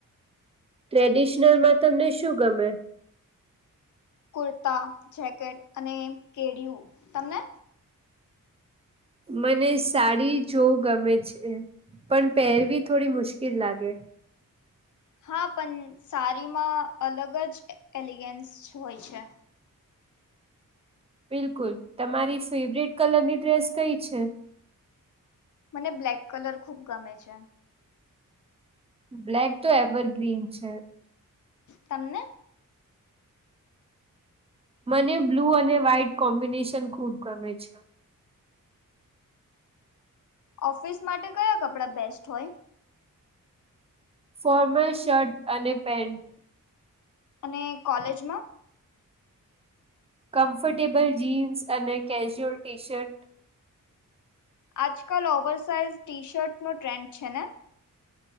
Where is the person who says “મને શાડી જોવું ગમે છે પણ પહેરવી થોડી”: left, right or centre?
Right